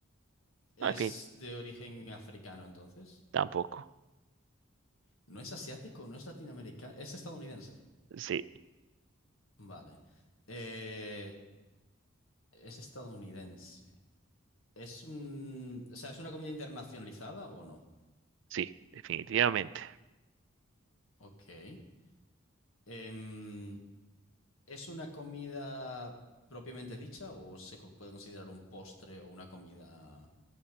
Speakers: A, on the left; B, on the right.
A: Es
B: No, en fin,
A: de origen africano, entonces.
B: tampoco.
A: No es asiático, no es latinoamericano. Es estadounidense.
B: Sí,
A: Vale. Eh, es estadounidense. Es un... O sea, ¿es una comida internacionalizada o no?
B: sí, definitivamente.
A: Ok. Em, ¿Es una comida propiamente dicha o se con- puede considerar un postre o una comida?